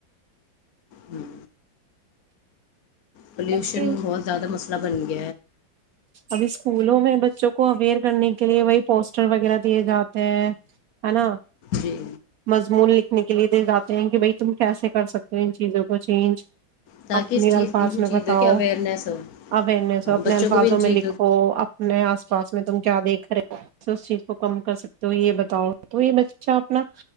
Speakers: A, on the left; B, on the right.
A: ہوں پولوشن
B: ویسے
A: بہت زیاد مس لبن گ
B: ابھی اسکولوں میں بچوں کو اویئر کرنے کے لیے وہی پوسٹر وغیرہ دیے جاتے ہیں ہے نا
A: جی
B: مضمون لکھنے کے لیے دیے جاتے ہیں کہ بائی تم کیسے کر سکتے ہو ان چیزوں کو چینج
A: تاکہ
B: اپنی
A: اس چیز
B: الفاظ
A: ان
B: میں
A: چیزوں
B: بتاؤ
A: کی اویئرنیس ہو
B: اوئرنیس
A: ہاں
B: ہو اپنے
A: بچوں
B: الفاظ
A: کو بھی ان چیزوں
B: میں لکھو آپ نئے آس پاس میں تم کیا دیکھ رہے اس چیز کو کم کر سکتے ہو یہ بتاؤ تو یہ بچہ اپنا